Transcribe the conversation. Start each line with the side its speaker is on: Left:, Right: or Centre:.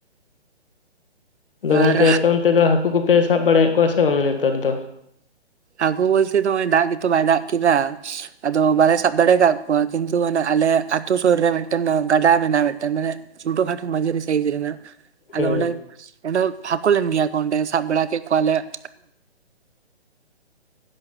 Left: ᱟᱫᱚ ᱜᱚᱝᱠᱮ
Right: ᱟᱨ
Left: ᱟᱯᱮ ᱚᱱᱛᱮ ᱫᱚ ᱦᱟᱹᱠᱩ ᱠᱚᱯᱮ ᱥᱟᱵ ᱵᱟᱲᱟᱭᱮᱜ ᱠᱚᱣᱟ ᱥᱮ ᱵᱟᱝᱼᱟ ᱱᱮᱛᱟᱨ ᱫᱚ?
Right: ᱟᱜᱚ ᱵᱚᱞᱛᱮ ᱫᱚ ᱱᱚᱜᱼᱚᱭ ᱫᱟᱜ ᱜᱮᱛᱚ ᱵᱟᱭ ᱫᱟᱜ ᱠᱮᱫᱟ ᱾ ᱟᱫᱚ ᱵᱟᱞᱮ ᱥᱟᱵ ᱫᱟᱲᱮᱭᱟᱠᱟᱜ ᱠᱚᱣᱟ ᱠᱤᱱᱛᱩ ᱚᱱᱮ ᱟᱞᱮ ᱟᱛᱩ ᱥᱩᱨ ᱨᱮ ᱢᱤᱫᱴᱮᱱ ᱜᱟᱰᱟ ᱢᱮᱱᱟᱜᱼᱟ, ᱢᱤᱫᱴᱮᱱ ᱢᱟᱱᱮᱼᱼ ᱪᱷᱩᱴᱚ ᱠᱷᱟᱴᱚ ᱢᱟᱡᱷᱟᱨᱮ ᱥᱟᱭᱤᱡ ᱨᱮᱱᱟᱜ᱾ ᱟᱫᱚᱸ
Left: ᱦᱮᱸ
Right: ᱚᱸᱰᱮ <unintelligible> ᱦᱟᱠᱩ ᱞᱮᱱ ᱜᱮᱭᱟᱠᱚ ᱚᱸᱰᱮ ᱥᱟᱵ ᱵᱟᱲᱟ ᱠᱮᱜ ᱠᱚᱣᱟᱞᱮ ᱾